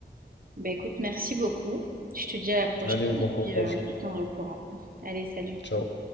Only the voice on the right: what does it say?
Bah écoute, merci beaucoup. Je te dis à la prochaine
et
puis euh, je te tiendrai au courant. Allez, salut.